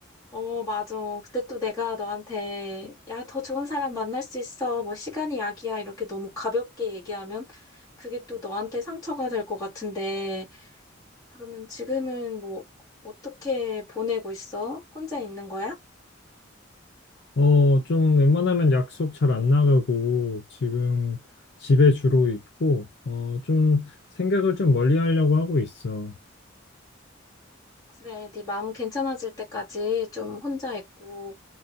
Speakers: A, on the left; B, on the left.
A: 어, 맞아. 그때 또 내가 너한테, 야, 더 좋은 사람 만날 수 있어. 뭐, 시간이 약이야. 이렇게 너무 가볍게 얘기하면, 그게 또 너한테 상처가 될 것 같은데, 그러면 지금은 뭐, 어떻게 보내고 있어? 혼자 있는 거야?
B: 어, 좀 웬만하면 약속 잘 안 나가고 지금 집에 주로 있고 어, 좀 생각을 좀 멀리 하려고 하고 있어.
A: 그래, 네 마음 괜찮아질 때까지 좀 혼자 있고,